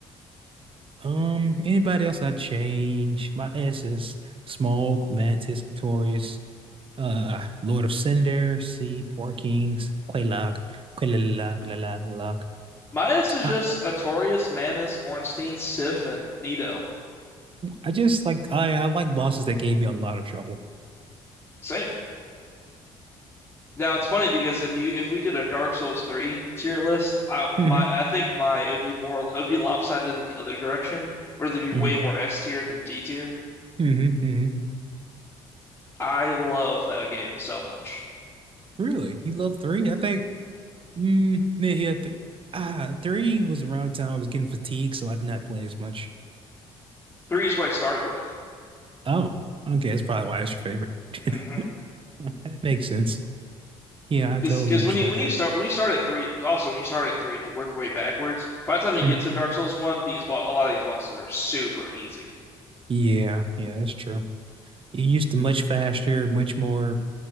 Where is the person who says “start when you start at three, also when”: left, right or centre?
Left